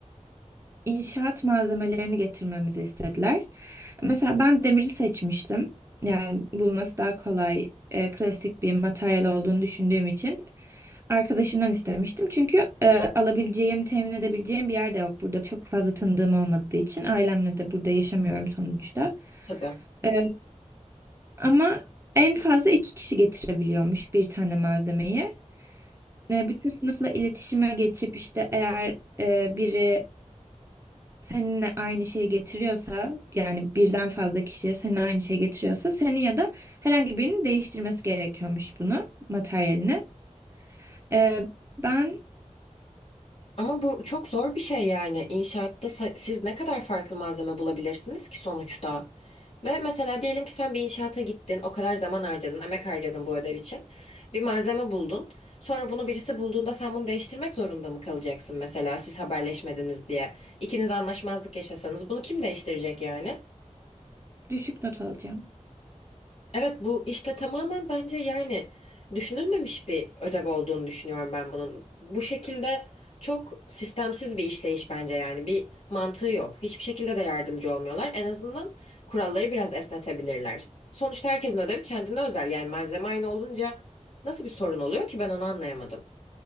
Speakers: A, on the right; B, on the left.
A: inşaat malzemelerini getirmemizi istediler. Mesela ben demiri seçmiştim. Yani bulması daha kolay, e, klasik bir materyal olduğunu düşündüğüm için arkadaşımdan istemiştim. Çünkü e, alabileceğim, temin edebileceğim bir yer de yok burada. Çok fazla tanıdığım olmadığı için ailemle de burada yaşamıyorum sonuçta.
B: tabii.
A: E, ama en fazla iki kişi getirebiliyormuş bir tane malzemeyi. E, bütün sınıfla iletişime geçip işte eğer e, biri seninle aynı şeyi getiriyorsa yani birden fazla kişiye seninle aynı şeyi getiriyorsa senin ya da herhangi birinin değiştirmesi gerekiyormuş bunu materyalini. Ee, ben
B: Ama bu çok zor bir şey yani. İnşaatta sa- siz ne kadar farklı malzeme bulabilirsiniz ki sonuçta? Ve mesela diyelim ki sen bir inşaata gittin, o kadar zaman harcadın, emek harcadın bu ödev için. Bir malzeme buldun. Sonra bunu birisi bulduğunda sen bunu değiştirmek zorunda mı kalacaksın mesela siz haberleşmediniz diye? İkiniz anlaşmazlık yaşasanız bunu kim değiştirecek yani?
A: düşük not alacağım.
B: Evet bu işte tamamen bence yani düşünülmemiş bir ödev olduğunu düşünüyorum ben bunun. Bu şekilde çok sistemsiz bir işleyiş bence yani bir mantığı yok. Hiçbir şekilde de yardımcı olmuyorlar. En azından kuralları biraz esnetebilirler. Sonuçta herkesin ödevi kendine özel yani malzeme aynı olunca nasıl bir sorun oluyor ki ben onu anlayamadım.